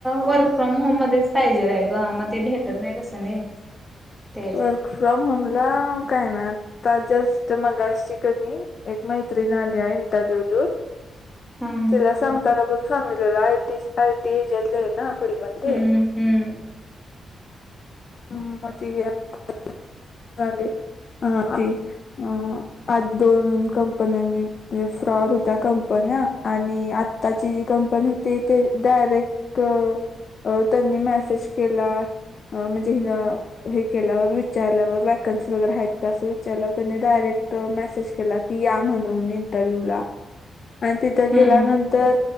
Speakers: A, in the centre; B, on the left.
A: वर्क फ्रॉम होम मध्येच पाहिजे आहे ग मग ते भेटत नाही कसं नाही त्या ह्याच्यात
B: वर्क फ्रॉम होमला काय ना आता जस्ट मगाशी कणी एक मैत्रीण आली <unintelligible>
A: हम्म
B: <unintelligible> तिला सांगताना पण सांगितलेलं आय टी आय टी हेच्या तले आहे ना फील्डमधले
A: हम्म हम्म
B: <unintelligible> झाले ह ते अ <unintelligible> आधी दोन कंपन्यांनी फ्रॉड होता कंपन्या आणि आ ताची जी कंपनी होती ते डायरेक्ट अ त्यांनी मेसेज केला अ म्हणजे हिन हे केल्यावर विचारल्यावर वॅकन्सी वगैरे आहेत का असं विचारल्यावर त्यांनी डायरेक्ट मेसेज केला की या म्हणून इंटरव्हिवला. आण तिथं गेल्यानंतर
A: हम्म